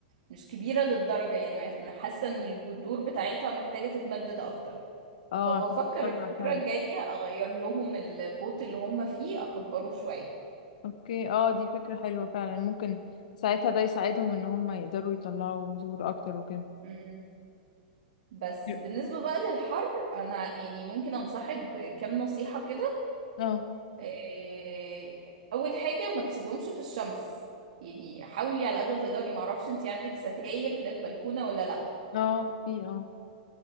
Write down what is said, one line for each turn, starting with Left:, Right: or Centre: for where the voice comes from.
Right: مش كبيرة للدرجة يعني حاسة ان الجذور بتاعتها محتاجة تتمدد اكتر
Left: اه
Right: فبفكر
Left: عشان يطلع
Right: الفترة
Left: فعلا
Right: الجاية اغير لهم البوت اللي هم فيه اكبره شوية
Left: اوكي اه دي فكرة حلوة فعلا ممكن ساعتها ده يساعدهم ان هم يقدروا يطلعوا زهور اكتر وكده
Right: مم. بس
Left: Yeah.
Right: بالنسبة بقى للحر انا يعني ممكن انصحك بكام نصيحة كده
Left: اه
Right: إيه، اول حاجة ما تسيبيهمش في الشمس يعني حاولي على قد ما تقدري معرفش انتي عندك ستاير للبلكونة ولا لا
Left: اه في اه